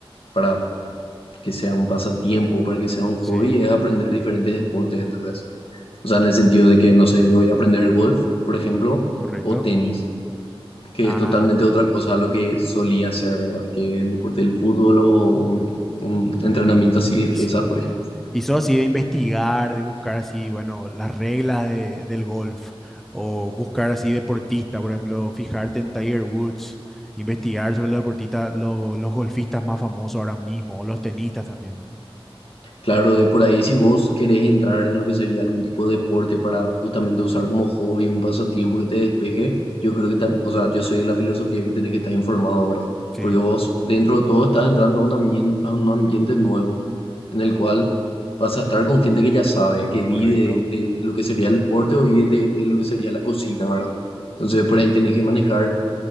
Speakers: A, on the left (about 70°); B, in the centre.
A: para que sea un pasatiempo, para que sea un hobby,
B: sí,
A: es aprender diferentes deportes, ¿entendés? O sea, en el sentido de que, no sé, yo voy a aprender golf, por ejemplo,
B: correcto.
A: o tenis, que
B: Ah,
A: es totalmente otra cosa a lo que solía hacer, ¿verdad? Que el deporte del fútbol o un, un entrenamiento así
B: y
A: de pesas,
B: sí.
A: por ejemplo.
B: ¿Y sos así de investigar, de buscar así, bueno, las reglas de- del golf? O buscar así deportista, por ejemplo, fijarte en Tiger Woods, investigar sobre los deportistas, los, los golfistas más famosos ahora mismo, o los tenistas también.
A: Claro, de por ahí si vos querés entrar en lo que sería algún tipo de deporte para justamente usar como hobby, un pasatiempo que te despeje, yo creo que, tam- o sea, yo soy de la filosofía que tenés que estar informado, ¿verdad?
B: Sí,
A: Porque vos dentro de todo estás entrando a un ambiente, a un ambiente nuevo, en el cual vas a estar con gente que ya sabe, que
B: correcto.
A: vive de, de lo que sería el deporte o vive de, de lo que sería la cocina, ¿verdad? Entonces por ahí tenés que manejar